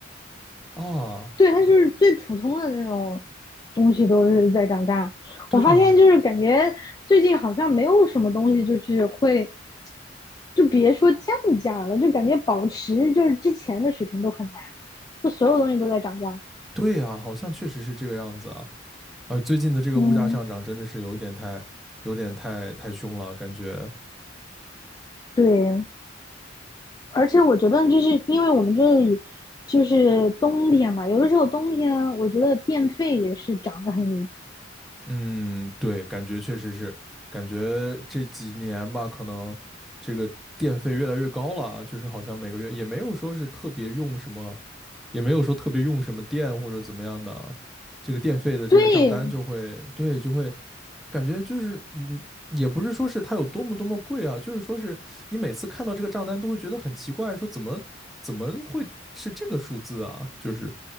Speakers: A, in the centre; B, on the left.
A: 啊，
B: 对，它就是最普通的那种东西都是在涨价。
A: 对啊，
B: 我发现就是感觉最近好像没有什么东西就是会，就别说降价了，就感觉保持就是之前的水平都很难，就所有东西都在涨价。
A: 对啊，好像确实是这个样子啊。啊，最近的这个物价上涨真的是有一点太，
B: 嗯，
A: 有点太太凶了，感觉。
B: 对，而且我觉得，就是因为我们这里就是冬天嘛，有的时候冬天我觉得电费也是涨得很离谱。
A: 嗯，对，感觉确实是，感觉这几年吧，可能这个电费越来越高了啊，就是好像每个月也没有说是特别用什么，也没有说特别用什么电或者怎么样的啊，这个电费的这个账单就会，
B: 对
A: 对，就会感觉就是，嗯，也不是说是它有多么多么贵啊，就是说是你每次看到这个账单都会觉得很奇怪，说怎么怎么会是这个数字啊，就是